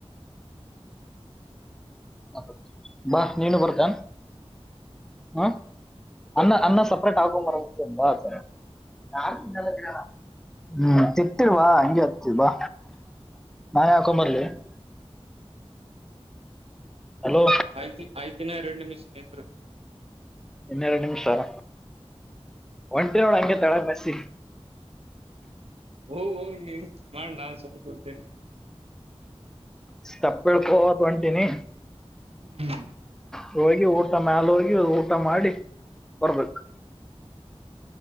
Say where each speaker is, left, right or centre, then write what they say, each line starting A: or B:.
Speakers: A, in the centre; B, on the right (about 65°).
A: ಹ ಬಾ ನೀನು ಬರ್ತಿಯಾ ಹ ಅನ್ನ ಅನ್ನ ಸಪರೇಟ್ ಆಗ ಮರಂಬ ಸ ಯ ಹ್ಮ್ ತಿತ್ತಲ್ವಾ ಹಂಗೆ ಆತಿಲ್ವಾ ನಾನ್ ಹಾಕೊಂಬರ್ಲಿ <unintelligible> ಹಲೋ
B: ಆಯ್ತಿ ಆಯ್ತಿನ ಎರಡ್ ನಿಮಿಷ್ ನಿಂರು
A: ಇನ್ನೆರಡು ನಿಮಿಷಾರ ಒಂಟಿನ ನೋಳ ಹಂಗೆ ತಳಗ್ ಬಸಿ
B: ಓ ಹ ನೀವು ಮಾಡ ನಾನೂ ಸುಮ ಕುಂತಿನ್
A: ಸ್ಟೆಪ್ ಯಿಳ್ಕೋದು ಹೊಂಟೀನಿ
B: <inaudible>
A: ಹೋಗಿ ಊಟ ಮ್ಯಾಲ ಹೋಗಿ ಊಟ ಮಾಡಿ ಬರ್ಬೇಕು